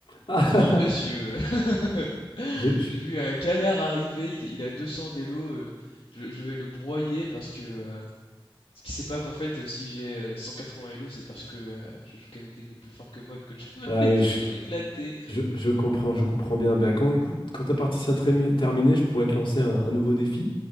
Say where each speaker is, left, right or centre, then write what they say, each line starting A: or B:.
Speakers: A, on the left; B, on the left.
A: Ah,
B: Non, monsieur.
A: <laughs>
B: <laughs>
A: je, je-
B: J'ai vu un canard arriver, il, il a 200 d'élo, euh, je, je vais le broyer parce que... euh, ce qui sait pas qu'en fait, euh, si j'ai euh, 180 élo, c'est parce que euh, je joue qu'avec des mecs plus forts que moi et que je <laughs> me
A: ah
B: fais
A: oui,
B: tout
A: je,
B: le temps éclater.
A: je- je comprends, je comprends bien. Bah, quand, écoute, quand ta partie sera trémi- terminée, je pourrais te lancer un, un nouveau défi.